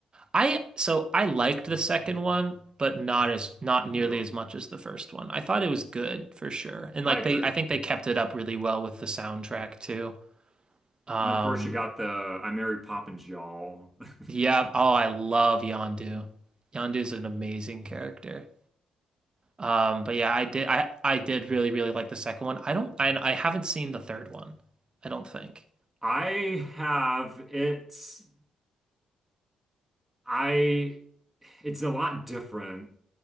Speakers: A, on the right; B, in the centre.
A: I so I liked the second one, but not as not nearly
B: Yeah,
A: as much as the first one. I thought it was good for sure. And like
B: I agree.
A: they I think they kept it up really well with the soundtrack too. Um
B: And of course you got the I Mary Poppins, y'all. <laughs>
A: yeah, oh I love Yondu. Yondu's an amazing character. Um but yeah, I did I I did really really like the second one. I don't I I haven't seen the third one. I don't think.
B: I have it's I it's a lot different